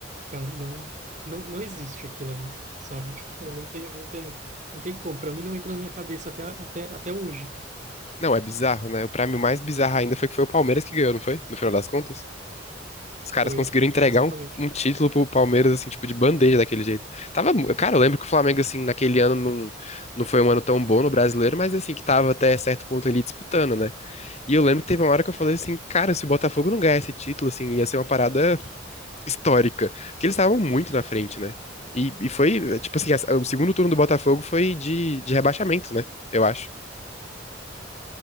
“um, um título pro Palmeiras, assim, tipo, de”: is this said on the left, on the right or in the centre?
Left